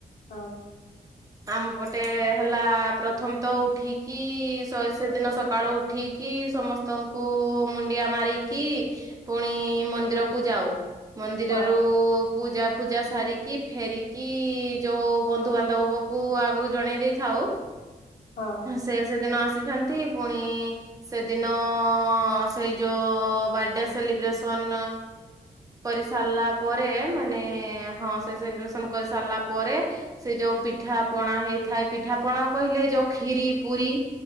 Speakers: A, on the left; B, on the right.
A: ହଁ
B: ଆମ ପଟେ ହେଲା ପ୍ରଥମ ତ ଉଠିକି ସେଦିନ ସକାଳୁ ଉଠି ସମସ୍ତଙ୍କୁ ମୁଣ୍ଡିଆ ମାରି କି ପୁଣି ମନ୍ଦିରକୁ ଯାଉ ମନ୍ଦିରରୁ
A: ହଁ
B: ପୂଜା ଫୂଜା ସାରିକି ଫେରିକି ଯୋଉ ବନ୍ଧୁବାନ୍ଧବକୁ ଆଗରୁ ଜଣେଇ ଦେଇଥାଉ
A: ହଁ
B: ସେ ସେଦିନ ଆସିଥାନ୍ତି ପୁଣି ସେଦିନ ସେଇ ଯୋଉ ବାର୍ଥଡେ ସେଲିବ୍ରେସନ୍ କରି ସାରିଲା ପରେ ମାନେ ହଁ ସେ ସେଲିବ୍ରେସନ କରିସାରିଲା ପରେ ସେ ଯୋଉ ପିଠା ପଣା ହେଇଥାଏ ପିଠା ପଣା କହିଲେ ଯୋଉ ଖ୍ଷୀରୀ ପୁରୀ